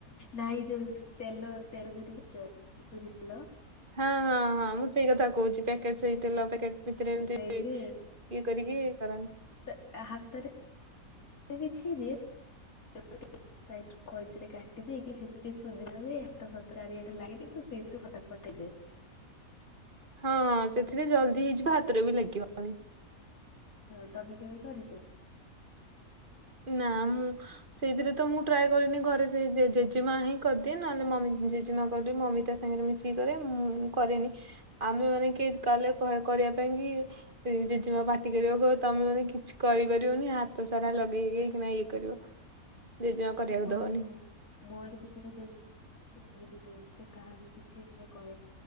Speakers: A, on the left; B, on the right.
A: ନାଇଁ ଯୋଉ ତେଲ ତେଲ ଯଉଠି ଜାଣିଚ ସୋରିଷ ତେଲ?
B: ହଁ ହଁ ହଁ ମୁଁ ସେଇ କଥା କଉଚି। ପ୍ୟାକେଟ ସେଇ ତେଲ ପ୍ୟାକେଟ ଭିତରେ ଏମତି
A: ସେଇଥିରେ
B: ଇଏ କରିକି କରନ୍ତି।
A: ତା ହାତରେ ବିଛେଇଲେ <unintelligible> ସାଇଟରୁ କଇଞ୍ଚିରେ କାଟିଦେଇକି ସେ ଯୋଉଠି ସୁବିଧା ହୁଏ ହାତ ଫାତ ଚାରିଆଡେ ଲାଗେନି। ତ ସେଇଥିରେ ଫଟା ଫଟ ହେଇଯାଏ।
B: ହଁଁ ସେଥିରେ ଜଲଦି ହେଇଯିବ ହାତରେ ବି ଲାଗିବନି।
A: ହଁ ତମେ ବି କେବେ କରିଚ?
B: ନାଁ ମୁଁ ସେଇଥିରେ ତ ମୁଁ ଟ୍ରାଏ କରିନି ଘରେ ସେ ଜେଜେ ଜେଜେମା ହିଁ କରଦିଏ ନହେଲେ ମମି ଜେଜେମା କଲେ ମମି ତା ସାଙ୍ଗରେ ମିଶି କି କରେ ମୁଁ କରେନି। ଆମେ ମାନେ କିଏ କଇଲେ କରିବା ପାଇଁ କି ଜେଜେମା ପାଟି କରିବ କଇବ ତମେ ମାନେ କିଛି କରିପାରିବନି ହାତ ସାରା ଲଗେଇ ଗେଇକିନା ଇଏ କରିବ। ଜେଜେମା କରିବାକୁ
A: ହଁ
B: ଦବନି।
A: ହଁ ମୋର ବି ଜଣେ ଜେଜେ ସେ ଏମିତି କରନ୍ତି ସେ କାହାକୁ କିଛି ମାନେ କରେ